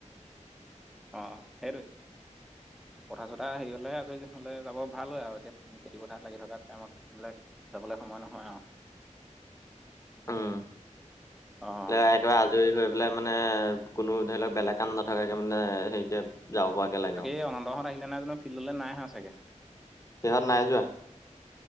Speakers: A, in the centre; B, on the left (about 25°).
A: অ', সেইটোৱে পথা চথা হেৰি হ'লে আজৰি হ'লে যাব ভাল হয় আৰু এতিয়া খেতি পথাৰ লাগি থকা টাইমত এইবিলাক যাবলৈ সময় নহয় আৰু।
B: উম,
A: অ',
B: লে একেবাৰে আজৰি হৈ পেলাই মানে কোনো ধৰি লওক বেলেগ। কাম নথকাকে মানে হেৰিকে যাব পৰাকে লাগে আৰু,
A: অ দহ ৰাচ আহিলেন নাই ফিল্ডলৈ নাই অহা চাগে।
B: সিহঁত নাই যোৱা।